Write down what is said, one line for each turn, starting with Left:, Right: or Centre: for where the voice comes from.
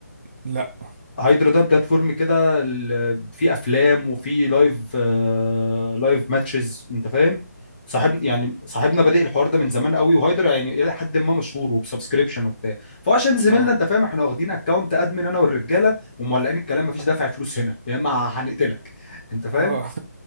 Right: لا
Left: هايدرا ده بلاتفورم كده ال- فيه افلام وفيه لايف آه، لايف ماتشز انت فاهم صاحب يعني صاحبنا بادئ الحوار ده من زمان قوي وهايدرا يعني الى حد ما مشهور وبسبسكريبشن وبتاع فهو عشان زميلنا
Right: اه
Left: انت فاهم احنا واخدين اكونت ادمن انا والرجاله ومولعين الكلام مفيش دافع فلوس هنا يا اما هنقتلك انت فاهم
Right: اه